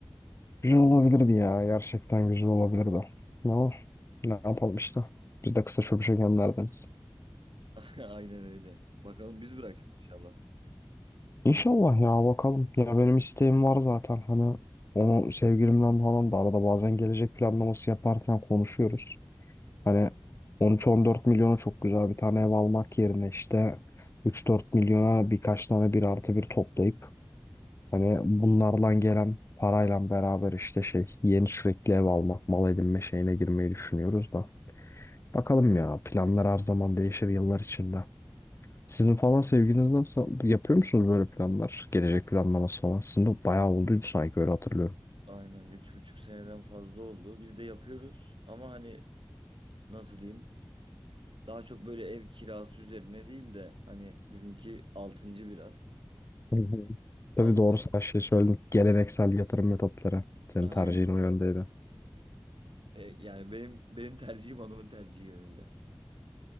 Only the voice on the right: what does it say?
<laughs> Aynen öyle. Bakalım biz bırakacağız inşallah.
Aynen üç buçuk seneden fazla oldu. Biz de yapıyoruz ama hani nasıl diyeyim? Daha çok böyle ev kirası üzerine değil de hani bizimki altıncı biraz.
Altı.
<laughs> Aynen.
E, yani benim benim tercihim hanımın tercihi yönünde.